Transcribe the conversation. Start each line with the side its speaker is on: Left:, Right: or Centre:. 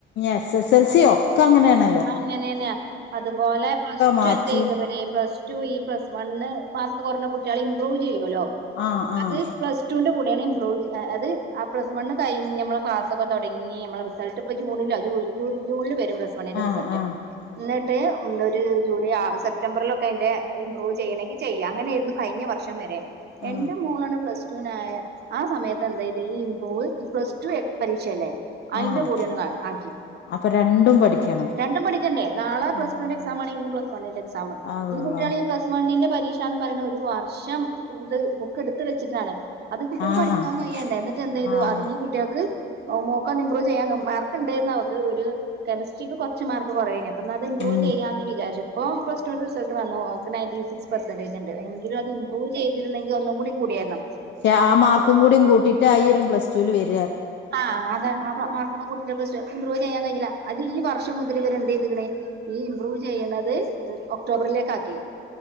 Left: എസ് എസ് എൽ സി ഒക്കെ അങ്ങനെയാണ്
Right: ആഹ് അങ്ങനെ തന്നെയ അതുപോലെ പ്ലസ്
Left: മാറ്റി
Right: ടു എന്ത ചെയ്തുവരെ പ്ലസ്ടു ഈ പ്ലസ് വണ് മാർക്ക് കുറഞ്ഞ കുട്ടികൾ ഇപ്രൂവ് <unintelligible> ചെയ്യുലോ
Left: ആഹ് ആഹ്
Right: അത് പ്ലസ്ടു ൻ്റെ കു <unintelligible> ഇപ്രൂവ് അത് ആ പ്ലസ് വൺ കഴിഞ്ഞ നമ്മള ക്ലാസൊക്കെടങ്ങി നമ്മ റിസൾട്ട്പ്പ ജൂണില ജൂണിൽ വരുമ്പ മണിടെ
Left: ആഹ്
Right: റിസൾട്ട്
Left: ആഹ് ആഹ്
Right: എന്നിട്ട് <unintelligible> ഒരു ജൂലൈ ആ സെപ്റ്റംബറിലൊക്കെ അതിന്റെ ഇമ്പ്രൂവ് ചെയ്യണമെങ്കിൽ ചെയ്യാം അങ്ങനെെയയിരുന്നു കഴിഞ്ഞ വർഷം വരെ എന്റെ
Left: ആഹ്
Right: മോളാണ് പ്ലസ് <unintelligible> ആ സമയത്ത് എന്തായത് ഈ ഇംമ്പ്രൂവ് ഈ പ്ലസ് ടു പരീക്ഷ അല്ലേ അയിൻ്റെ
Left: ആഹ്
Right: കൂടെയാണ് ആ ആകി
Left: അപ്പൊ രണ്ടും പഠിക്കണം
Right: രണ്ടും പഠിക്കണ്ട നാളെ പ്ലസ്
Left: ആഹ്
Right: ടുവിന്റെ എക്സാം ആ ഇന്ന് പ്ലസ് വണിന്റെ എക്സാം
Left: അള്ളാ
Right: ഇന്ന് കുട്ടികള ഈ പ്ലസ് വണ്ണിന്റെ പ രീഷന്ന് പറയണ ഒരു വർഷം ഇത് ബുക്ക് എടുത്ത് വെച്ചിട്ടാണ് അത് കുട്ടികൾക്ക്
Left: ആഹ്
Right: പഠിക്കാൻ കഴിയേണ്ട എന്നിട്ട് എന്ത ചെയ്തു
Left: ആഹ്
Right: അത് ഈ കുട്ടികൾക്ക് ഓ മോക്കന്ന് ഇമ്പ്രൂവ് ചെയ്യാൻ മാർക്ക്ണ്ടായിരുന്നവക്ക് ഒരു കെമിസ്ട്രിക്ക് കുറച്ച് മാർക്ക് കൊറെയേനെ അല്ലാതെ ഇമ്പ്രൂവ്
Left: ഉം
Right: ചെയ്യാന്ന് <unintelligible> ഇപ്പോ പ്ലസ്ടുന്റെ റിസൾട്ട് വന്നു ഓക്ക് നയൻ്റി സിക്സ് പേ <unintelligible> എങ്കിലും അത് ഇമ്പ്രൂവ് ചെയ്തിരുന്ന ഇതെല്ലംകുടി കൂടിയേന്
Left: രാ ആ മാർക്കും കൂടി കൂട്ടിട്ട് ആയിരം പ്ലസ് <unintelligible>
Right: ആഹ് അതെ ആ മാർക്കോടെ കൂട്ടിട്ട <unintelligible> ഇമ്പ്രൂവ് ചെയ്യാൻ കഴിഞ്ഞില അത് ഈ വർ ഷം മുതൽ ഇവരെന്തെയ്ത്ക്ക്ണ് ഈ ഇംപ്രൂവ് ചെയ്യുന്നത് ഒക്ടോബറിലേക്ക് ആക്കി